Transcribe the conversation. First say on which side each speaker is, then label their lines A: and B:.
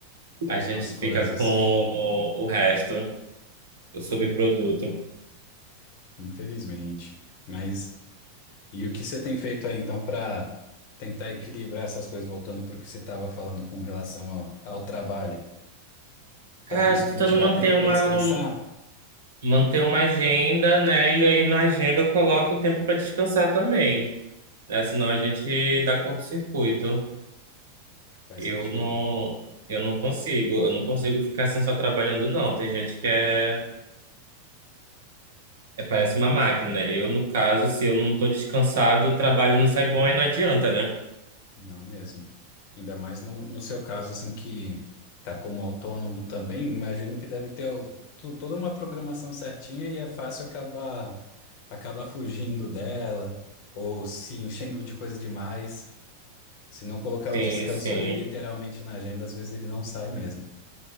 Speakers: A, on the left; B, on the right.
A: Como
B: A
A: são
B: gente
A: as
B: fica
A: coisas,
B: com o, o resto, o subproduto.
A: infelizmente. Mas e o que você tem feito aí então para tentar equilibrar essas coisas, voltando para o que você estava falando com relação ao, ao trabalho? Tá
B: Cara,
A: conseguindo
B: tô tentando
A: tirar
B: manter
A: tempo para
B: uma,
A: descansar?
B: um- manter uma agenda, né? E aí na agenda eu coloco o tempo para descansar também, né? Senão a gente dá curto-circuito.
A: Faz
B: Eu
A: sentido.
B: não, eu não consigo, eu não consigo ficar assim só trabalhando, não. Tem gente que é, é- parece uma máquina. Eu, no caso, se eu não tô descansado, o trabalho não sai bom e não adianta, né?
A: Não mesmo. Ainda mais no, no seu caso, assim, que tá como autônomo também, imagino que deve ter o- to- toda uma programação certinha e é fácil acabar, acabar fugindo dela ou se enchendo de coisa demais. Se não colocar
B: Sim,
A: o descanso
B: sim,
A: ali literalmente na agenda, às vezes ele não sai mesmo.